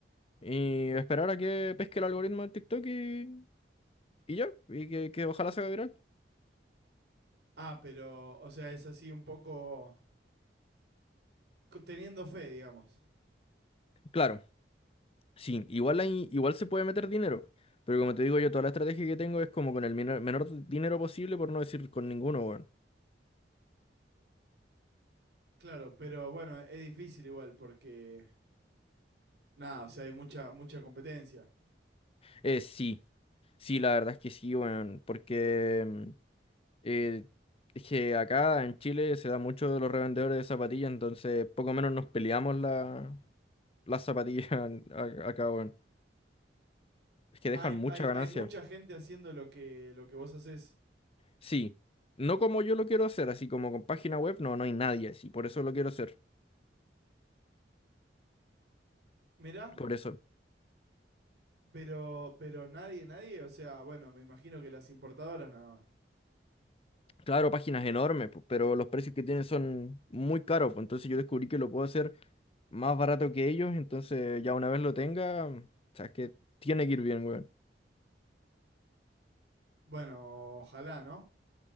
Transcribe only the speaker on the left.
Y esperar a que pesque el algoritmo de TikTok y, y ya, y que, que ojalá se haga viral.
Claro, sí, igual, hay- igual se puede meter dinero. Pero como te digo yo, toda la estrategia que tengo es como con el minor- menor dinero posible, por no decir con ninguno, weón.
Eh, sí. Sí, la verdad es que sí, weón, porque mm, eh, es que acá en Chile se da mucho de los revendedores de zapatillas, entonces poco menos nos peleamos la, las zapatillas <laughs> a- acá, weón. Es que
dejan mucha
ganancia.
Sí, no como yo lo quiero hacer, así como con página web, no, no hay nadie así, por eso lo quiero hacer,
por eso.
Claro, páginas enormes, pues. pero los precios que tienen son muy caros, pues, entonces yo descubrí que lo puedo hacer más barato que ellos, entonces ya una vez lo tenga, o sea, es que tiene que ir bien, weón.